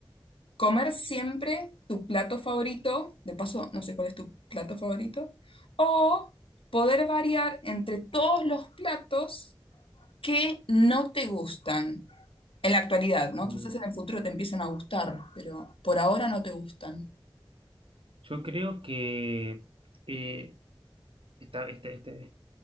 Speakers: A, on the left; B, on the right.
A: ¿Comer siempre tu plato favorito? De paso, no sé cuál es tu plato favorito. ¿O poder variar entre todos los platos que no te gustan? En la actualidad, ¿no?
B: Eh,
A: Quizás en el futuro te empiecen a gustar, pero por ahora no te gustan.
B: yo creo que eh, está, este, este,